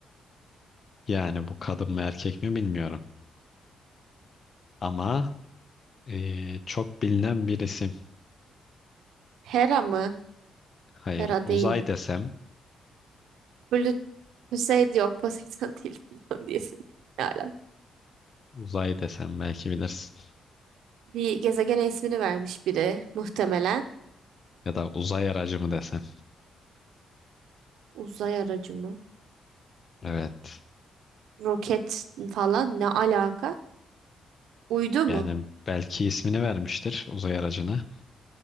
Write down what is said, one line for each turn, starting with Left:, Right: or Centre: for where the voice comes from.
Left: Yani bu kadın mı erkek mi bilmiyorum. Ama eee, çok bilinen birisi.
Right: Hera mı?
Left: Hayır,
Right: Hera
Left: uzay
Right: değildi.
Left: desem,
Right: Böyle Hüseyin yok Poseidon <laughs> değil bilmem diyesim. geldi. Ne alaka?
Left: uzay desem belki bilirsin.
Right: Bir gezegene ismini vermiş biri muhtemelen.
Left: Ya da uzay aracı mı desem.
Right: Uzay aracı mı?
Left: Evet.
Right: Roket falan ne alaka? Uydu
Left: Yani
Right: mu?
Left: belki ismini vermiştir uzay aracına.